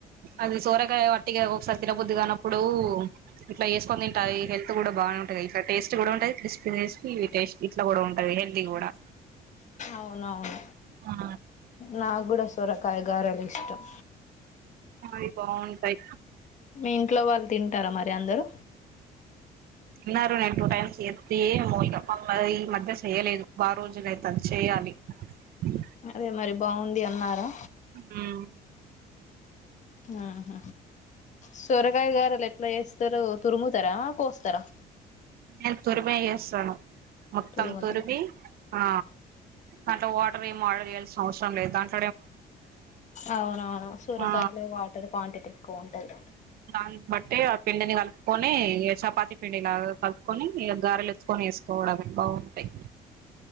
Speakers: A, on the right; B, on the left.
A: అది సోరకాయ వట్టిగా ఒకసారి తినబుద్దిగానప్పుడు ఇట్లా వేసుకొని తింటాయి హెల్త్ కూడా బాగా బా ఉంటది ఇట్లా టేస్ట్ కూడా ఉంటది క్రిస్పీ టేస్ట్ ఇట్లా కూడా ఉంటది హెల్దీ కూడా
B: అవునవును
A: ఆ
B: నా కూడా సొరకాయ గారలు ఇష్టం
A: అయి బాగుంటాయ
B: మీ ఇంట్లో వాళ్ళు తింటారా మరి అందరూ
A: అన్నారు నేను టూ టైమ్స్ ఎస్తతే ఏమో ఇకమ్ ఈ మధ్య చేయలేదు బా రోజున అైతే అది చెయాలి అ
B: అదే మరి బాగుంది అన్నారు
A: ఉమ్
B: అహ సోర్ కాయ గారలు ఎట్లా చేస్తారో తురుముతారా కోస్తారా
A: నేను తురుమి చేస్తాను మొత్తం
B: తురుముతారా
A: తుర్మి ఆ అంటే వాటర్ ఏ వాడర్ చేయాల్సిన అవసరం లేదు అంట
B: అవునవును సూరకాయలు
A: ఆ
B: వాటర్ క్వాంటిటీ ఎక్కువ ఉంటది
A: దాని బట్టి ఆ పిండిని కలుపుకొనిక చపాతి పిండిలాగా కలుపుకొని ఇక గారలు ఎత్ వేసుకోవడమే బాగుంటాయి